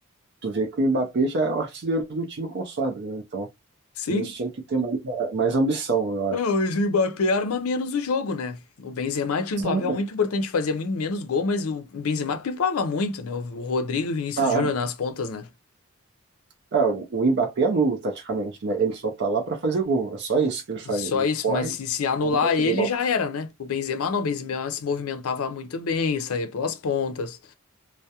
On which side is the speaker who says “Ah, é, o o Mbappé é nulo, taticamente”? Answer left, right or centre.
Right